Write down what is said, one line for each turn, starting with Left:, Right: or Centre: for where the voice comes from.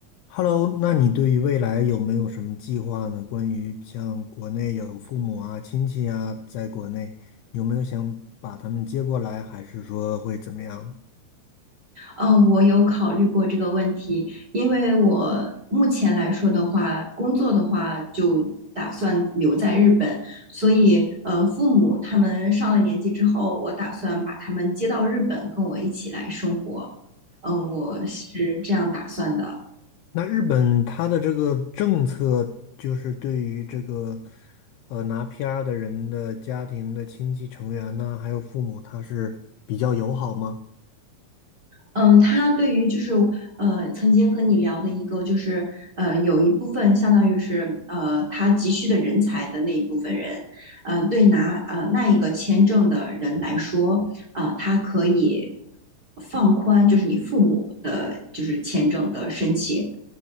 Left: Hello，那你对于未来有没有什么计划呢？关于像国内有父母啊、亲戚啊，在国内有没有想把他们接过来，还是说会怎么样的
Right: 嗯，我有考虑过这个问题，因为我目前来说的话，工作的话就打算留在日本，所以呃，父母他们上了年纪之后，我打算把他们接到日本跟我一起来生活。嗯，我是这样打算的。
Left: 那那日本他的这个政策就是对于这个呃拿 PR 的人的家庭的亲戚成员呢，还有父母，他是比较友好吗？
Right: 嗯，他对于就是呃，曾经和你聊的一个就是呃，有一部分相当于是呃，他急需的人才的那一部分人，呃，对拿呃那一个签证的人来说，呃，他可以放宽就是你父母的就是签证的申请，